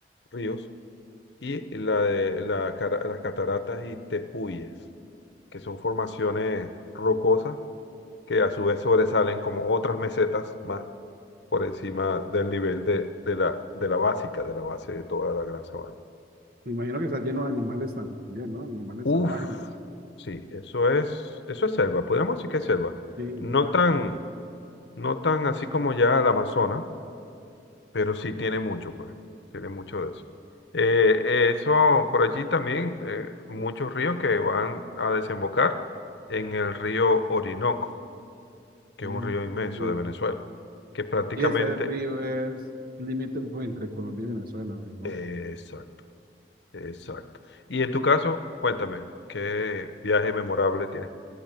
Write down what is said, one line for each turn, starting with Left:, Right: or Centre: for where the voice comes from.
Left: ríos y la de la cara- las cataratas y tepuyes, que son formaciones rocosas que a su vez sobresalen como otras mesetas más por encima del nivel de, de la, de la básica, de la base de toda la gran sabana.
Right: Me imagino que está lleno de animales también, ¿no? Animales
Left: Uf,
Right: salvajes y todo.
Left: sí, eso es, eso es selva, podríamos decir que es selva.
Right: Sí,
Left: No
Right: está-
Left: tan, no tan así como ya la Amazonas, pero sí tiene mucho, pues, tiene mucho de eso. Eh, eso por allí también, eh, muchos ríos que van a desembocar en el río Orinoco, que
Right: Mm,
Left: es un río inmenso
Right: entiendo.
Left: de Venezuela, que prácticamente,
Right: Y ese río es límite pues, entre Colombia y Venezuela, Orinoco.
Left: exacto, exacto. Y en tu caso, cuéntame, ¿qué viaje memorable